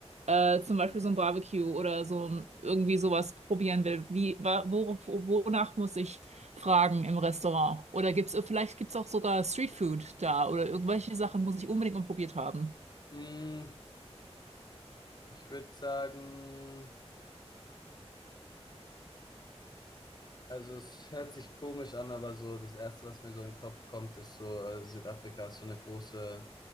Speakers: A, on the right (about 80°); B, on the left (about 40°).
A: äh, zum Beispiel so ein Barbecue oder so ein, irgendwie sowas probieren will, wie, wa- wo, wo- wonach muss ich fragen im Restaurant? Oder gibt's, vielleicht gibt's auch sogar Streetfood da oder irgendwelche Sachen muss ich unbedingt mal probiert haben.
B: Mm, ich würde sagen, also es hört sich komisch an, aber so das Erste, was mir so in den Kopf kommt, ist so, äh, Südafrika ist so eine große